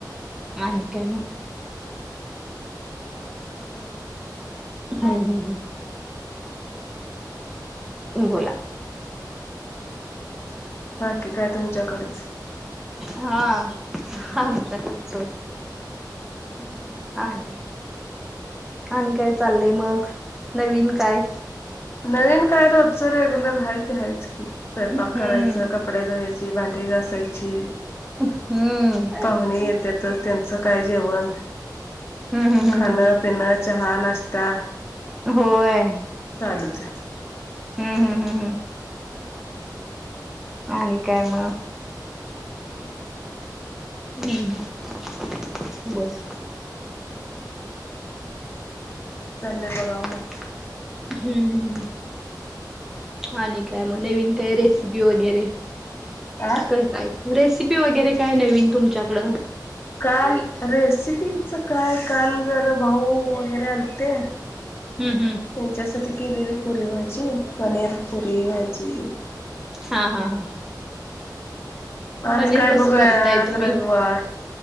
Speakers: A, in the centre; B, on the left.
A: आणि काय मग?
B: काय नाही बघा <inaudible>
A: हम्म हम् हम्, बोला.
B: बाकी काय तुमच्याकडच?
A: हा आमच्या कडच होय.
B: हम्म <inaudible>
A: आणि, आणि काय चाललंय मग, नवीन काय?
B: नवीन काय रोजचं रेग्युलर हाय ते हायच की, स्वयंपाक
A: हम्म
B: करायचं का कपडे धुवायची, भांडी घासायची.
A: हम्म.
B: पाहुणे येतातच, त्यांचं काय जेवण
A: हम्म हम्म हम्म
B: खाणं-पिणं,
A: हम्म
B: चहा, नाश्ता
A: होय
B: चालूच ए.
A: हम हम हम हम.
B: हम्म <inaudible>
A: आणि काय मग?
B: काय नाही बघा <inaudible>
A: हम् हम् <inaudible> बोला.
B: तुमचंच काय <inaudible> चाललंय बघावं.
A: हम्म हम्म हम्म आणि काय म नवीन? काय रेसिपी वगैरे?
B: आ
A: काय काय? रेसिपी वगैरे काय नवीन तुमच्याकडं?
B: काल
A: हम्म
B: रेसिपीचं काय, काल जरा भाऊ वगैरे आलते.
A: हम्म हम्म.
B: त्यांच्यासाठी केलेली पुरी भाजी, पनीर, पुरी, भाजी
A: हा हा हा,
B: आज
A: पनीर
B: काय बघूया
A: कसं करताय
B: आज
A: तुम्ही?
B: रविवार